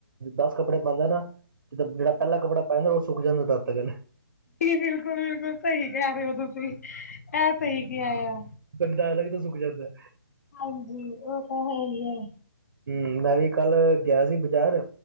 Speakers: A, on the right; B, on the left.
A: ਦਸ ਕੱਪੜੇ ਪਾਂਦਾ ਨਾ। ਜ, ਜੇੜਾ ਪਹਿਲਾ ਕੱਪੜਾ ਪੈਂਦਾ ਉਹ ਸੁਕ ਜਾਂਦਾ ਤੱਦ ਤੱਕਨ।
B: ਬਿਲਕੁਲ- ਬਿਲਕੁਲ, ਸਹੀ ਕਹਿ ਰਹੇ ਹੋ ਤੁਸੀਂ ਐ ਸਹੀ ਕਿਆ ਆ।
A: ਬੰਦਾ ਅਲੱਗ ਤੋਂ ਸੁੱਕ ਜਾਂਦਾ ਏ।
B: ਹਾਂਜੀ, ਉਹ ਤਾਂ ਹੈ ਹੀ ਐ।
A: ਹਮ-ਮ-ਮ, ਮੈਂ ਵੀ ਕੱਲ ਗਿਆ ਸੀ ਬਾਜ਼ਾਰ